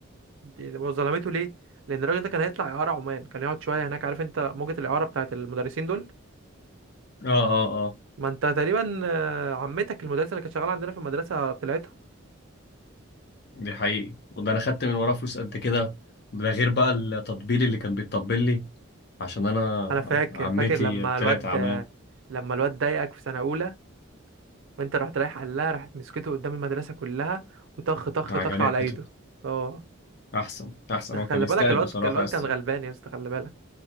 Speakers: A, on the right; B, on the left.
A: دي هو ظلمته ليه لان الراجل ده كان هيطلع اعاره عمان كان يقعد شويه هناك عارف انت موجه الاعاره بتاعت المدرسين دول
B: اه اه اه
A: ما انت تقريبا آه، عمتك المدرسه اللي كانت شغاله عندنا في المدرسه طلعتها
B: دي حقيقي وده انا خدت من وراه فلوس قد كده ده غير بقى التطبيل اللي كان بيتطبل لي عشان انا
A: انا فاكر
B: عمتي
A: فاكر لما
B: طلعت
A: الواد
B: عمان
A: لما الواد ضايقك في سنه اولى وانت رحت رايح قال لها راحت مسكته قدام المدرسه كلها وطخ طخ
B: عجنته
A: طخ على ايده اه
B: احسن احسن هو
A: خلي
B: كان يستاهل
A: بالك الواد
B: بصراحة
A: الواد
B: يا اسطى
A: كان غلبان يا اسطى خلي بالك